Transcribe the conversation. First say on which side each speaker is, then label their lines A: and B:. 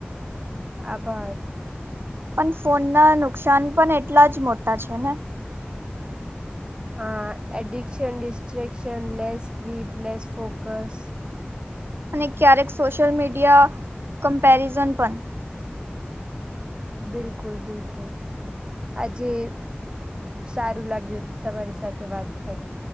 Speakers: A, on the right (about 25°); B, on the right (about 70°).
A: આભાર!
B: પણ ફોનના નુકસાન પણ એટલા જ મોટા છે ને?
A: હા addiction distraction less sleep less focus
B: અને ક્યારેક સોશિયલ મીડિયા કમ્પેરિઝન પણ
A: બિલકુલ બિલકુલ! આજે સારું લાગ્યું તમારી સાથે વાત કરું